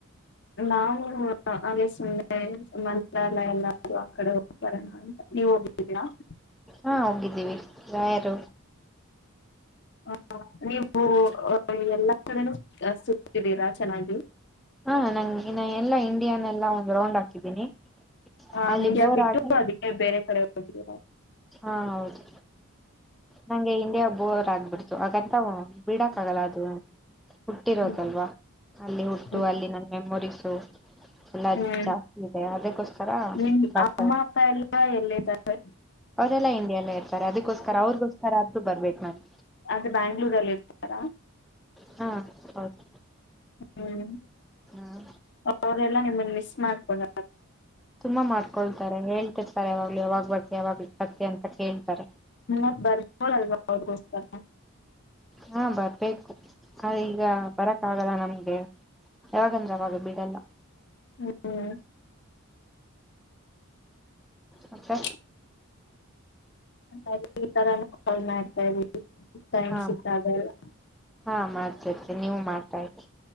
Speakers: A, on the left (about 55°); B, in the centre.
A: ನಾವು ಹಾಗೆ ಸುಮ್ನೆ ಮಂತ್ರಾಲಯ ಎಲ್ಲ ಆ ಕಡೆ ಹೋಗ್ತರೋಣ. <unintelligible> <unintelligible>
B: ಹಾ ಹೋಗಿದ್ದೀವಿ ರಾಯರು.
A: ಹ ನೀವು ಎಲ್ಲಾ ಕಡೆನೂ ಸುತ್ತಿದ್ದೀರಾ ಚೆನ್ನಾಗಿ.
B: ಹಾ ನಂಗೆ ಎಲ್ಲಾ ಇಂಡಿಯಾನೆಲ್ಲಾ ಒಂದ ರೌಂಡ್ ಹಾಕಿದೀನಿ
A: ಆ,
B: ಅಲ್ಲಿ
A: ಇಂಡಿಯಾ
B: ಬೋರ್
A: ಬಿಟ್ಟು
B: ಆಗಿ
A: ಅದಕ್ಕೆ ಬೇರೆ ಕಡೆ ಹೋದ್ರಿ
B: ಹಾ ಹೌದು. ನಂಗೆ ಇಂಡಿಯಾ ಬೋರ್ ಆಗ್ಬಿಡ್ತು ಹಾಗಂತ ಬಿಡಕ್ ಆಗಲ್ಲ ಅದು. ಹುಟ್ಟಿರೋದಲ್ವಾ
A: ಹ್ಮ್,
B: ಅಲ್ಲಿ ಹುಟ್ಟು
A: ಹ್ಮ್
B: ಅಲ್ಲಿ ನನ್ನ ಮೆಮೊರೀಸು. ಎಲ್ಲ
A: ಹ್ಮ್
B: ಜಾಸ್ತಿ ಇದೆ ಅದಕ್ಕೋಸ್ಕರ. <unintelligible>
A: ನಿಮ್ <inaudible> ಎಲ್ಲ ಎಲ್ಲಿದ್ದಾರೆ.
B: ಅವ್ರೆಲ್ಲಾ ಇಂಡಿಯಲ್ಲ ಇರ್ತಾರೆ ಅದಕ್ಕೋಸ್ಕರ ಅವ್ರಿಗೋಸ್ಕರ ಆದ್ರೂ ಬರ್ಬೇಕು ನಾನು.
A: ಅದ ಬ್ಯಾಂಗ್ಳೂರಲ್ಲಿ ಇರ್ತಾರಾ.
B: ಹಾ ಹೌದು.
A: ಹ್ಮ್
B: ಹ್ಮ
A: ಅವರೆಲ್ಲ ನಿಮ್ಮನ್ನು ಮಿಸ್ ಮಾಡ್ಕೊಡ
B: ತುಂಬಾ ಮಾಡ್ಕೊಳ್ತಾರೆ ಹೇಳ್ತಿರ್ತಾರೆ ಯಾವಾಗ್ಲ ಯಾವಾಗ್ ಬರ್ತಿ ಯಾವಾಗ್ಲಿ ಬರ್ತಿ ಅಂತ ಕೇಳ್ತಾರೆ.
A: ಮ್ಮ ಬರ್ಬೋಳಲ್ವಾ ಅವ್ರಗೋಸ್ಕರ.
B: ಹಾ ಬರ್ಬೇಕು ಈಗ ಬರಕ್ ಆಗಲ್ಲ ನಮ್ಗೆ. ಯಾವಾಗಂದ್ರೆ ಅವಾಗ ಬಿಡಲ್ಲ.
A: ಹ್ಮ್.
B: ಮತ್ತೆ
A: <inaudible> ಅದಕ್ಕೆ ಈ ತರ ಎಲ್ಲಾ ಕಾಲ್ ಮಾಡ್ತಾ ಇದವಿ ಟೈಮ್
B: ಹಾ
A: ಸಿಕ್ತಾಗ ಎಲ್ಲಾ.
B: ಹಾ ಮಾಡ್ತಿರ್ತೀನಿ ನೀವು ಮಾಡ್ತಾ ಇರಿ.